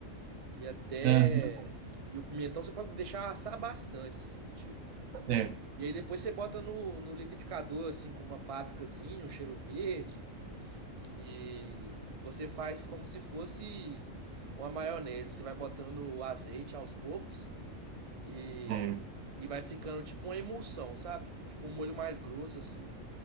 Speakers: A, on the right; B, on the right.
A: E até.
B: Aham,
A: E o pimentão você pode deixar assar bastante, assim, tipo.
B: certo,
A: E aí depois você bota no, no liquidificador, assim, com uma pápricazinha, um cheiro verde. E você faz como se fosse uma maionese. Você vai botando o azeite aos poucos e,
B: certo.
A: e vai ficando tipo uma emulsão, sabe? Fica um molho mais grosso, assim.